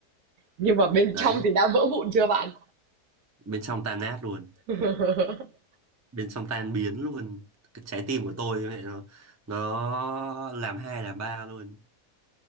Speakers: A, on the right; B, on the right.
A: Nhưng mà bên
B: đấy
A: trong thì đã vỡ vụn chưa bạn?
B: bên trong tan nát luôn
A: <laughs>
B: bên trong tan biến luôn cái trái tim của tôi như vậy nó nó làm hai làm ba luôn